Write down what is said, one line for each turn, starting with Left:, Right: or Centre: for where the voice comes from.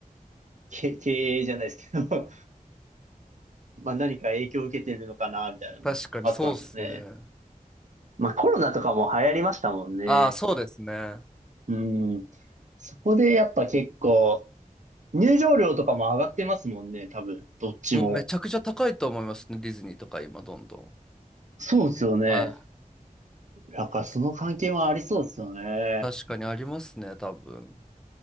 Right: け <laughs> 経営じゃないですけど <laughs> まあ何か影響を受けてるのかな、みたいなのあったんですよね。
Centre: 確かにそうっすね。
Right: まあコロナとかも流行りましたもんね。
Centre: ああ、そうですね。
Right: うん。そこでやっぱ結構、入場料とかも上がってますもんね、多分、どっちも。
Centre: もうめちゃくちゃ高いと思いますね、ディズニーとか今、どんどん。
Right: そうですよね。
Centre: はい
Right: だからその関係はありそうですよね。
Centre: 確かにありますね、多分。